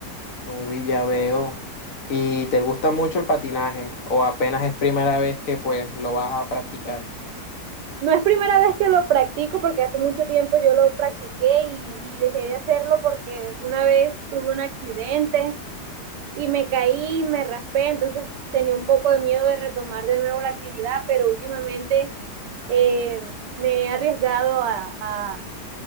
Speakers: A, on the left (about 65°); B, on the right (about 90°).
A: Uy, ya veo. ¿Y te gusta mucho el patinaje o apenas es primera vez que pues lo vas a practicar?
B: No es primera vez que lo practico porque hace mucho tiempo yo lo practiqué y, y dejé de hacerlo porque una vez tuve un accidente y me caí, me raspé, entonces tenía un poco de miedo de retomar de nuevo la actividad, pero últimamente eh, me he arriesgado a, a,